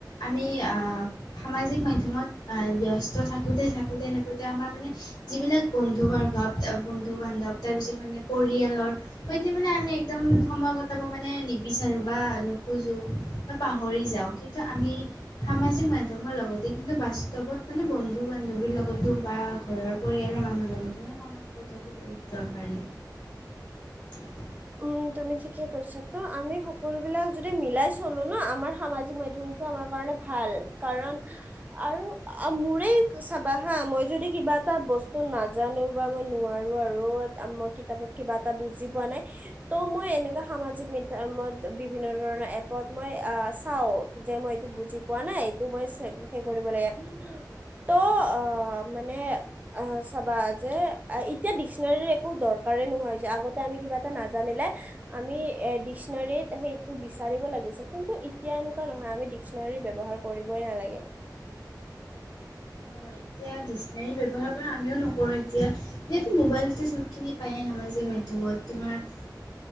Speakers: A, on the left (about 80°); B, on the right (about 20°).
A: আমি আ সামাজিক মাধ্যমত ব্যস্ত থাকোঁতে থাকোঁতে থাকোঁতে আমাৰ মানে যিবিলাক বন্ধু বাৰু ৱ বন্ধু বান্ধৱ, তাৰ পিছত মানে পৰিয়ালৰ সৈতে মানে আমি একদম সময় কটাব মানে নিবিচাৰো বা নোখোজো বা পাহৰি যাওঁ কিন্তু আমি সামাজিক মাধ লগতে কিন্তু বাস্তৱত মানে বন্ধু বান্ধৱীৰ লগতো বা ঘৰৰ পৰিয়ালৰ মানুহৰ লগতো মানে মানে সনত কুৰ্তাটো বহুত দৰকাৰী <unintelligible>
B: উম তুমি ঠিকে কৈছ তো আমি সকলো বিলাক যদি মিলাই চলো ন আমাৰ সামাজিক মাধ্যম <unintelligible> সেইটো আমাৰ কাৰনে ভাল কাৰণ আৰু মোৰে চাবা হা মই যদি কিবা <unintelligible> এটা বস্তু নাজানো বা মই নোৱাৰো আৰু মই কিতাপত কিবা এটা বুজি পোৱা নাই। <unintelligible> ত' মই এনেকা সামাজিক মাধ্যমত বিভিন্ন ধৰণৰ এপত মই আহ চাও যে মই- এইটো বুজি পোৱা নাই এইটো মই সে কৰিব লাগে। ত অ মানে অ চাবা যে এতিয়া ডিক্স'নেৰি একো দৰকাৰে- <unintelligible> নোহোৱা হৈছে। আগতে আমি কিবা এটা নাজা- জানিলে আমি এ ডিক্স'নাৰিত সেইটো বিচাৰিব লাগিছিল কিন্তু এতিয়া এনেকুৱা নহয় আমি- ডিক্সনাৰী ব্যৱহাৰ কৰিবই নালাগে।
A: <inaudible> অ এতিয়া ডিক্সনাৰি ব্যৱহাৰ কৰা আমিও নকৰো এতিয়া যিহেতু মোবাইলতে চব খিনি পায়ে আমাৰ- <unintelligible> সামাজিক মাধ্যমত তোমাৰ-